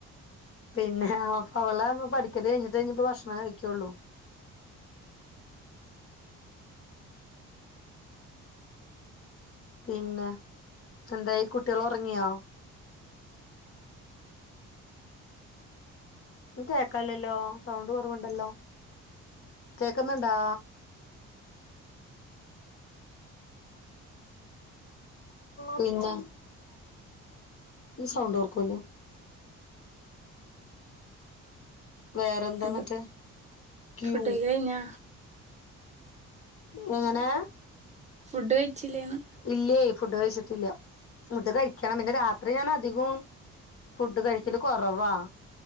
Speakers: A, on the left; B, on the right.
A: പിന്നെ അപ്പവളെ പഠിക്കല് കഴിഞ്ഞിട്ടേ ഇഞ്ഞ്പ്പൊ ഭക്ഷണം കഴിക്കൊള്ളൂ. പിന്നെ എന്തായി കുട്ട്യേള് ഒറങ്യോ ഇപ്പ കേക്കാലല്ലോ സൗണ്ട് കൊറവ്ണ്ടല്ലോ കേക്ക്‌ന്ന്ണ്ടോ പിന്ന സൗണ്ട് കൊറക്കോനോ വേറെന്താന്നെട്ട്
B: എന്ത്
A: ക്യൂ
B: ഫുഡ് കഴിക്കല് കഴിഞ്ഞാ
A: എങ്ങനെ
B: ഫുഡ് കഴിച്ചില്ലേന്ന്
A: ഇല്ലേ ഫുഡ് കഴിച്ചിട്ടില്ല ഫുഡ് കഴിക്കണം പിന്നെ രാത്രി ഞാൻ അധികും ഫുഡ് കഴിക്കല് കൊറവാ